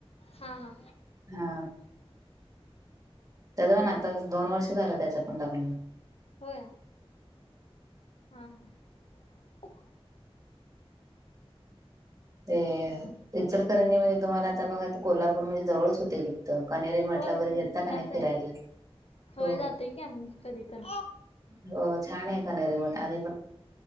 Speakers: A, on the left; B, on the right.
A: हा हा.
B: हा त्याच पण आता दोन वर्ष झालं त्याच्या पण लग्न होऊन.
A: होय. हा हा
B: ते इचलकरंजी म्हणजे तुम्हाला आता बघा कोल्हापूर म्हणजे जवळच होतेय कि तर कनेरे मटला
A: होय
B: वगैरे घेलता
A: जिल्हाच
B: की नाही
A: आहे
B: फिरायला?
A: होय
B: हो
A: जातोय की आम्ही कधी तर
B: हो छान आहे कनेरी मठ आणि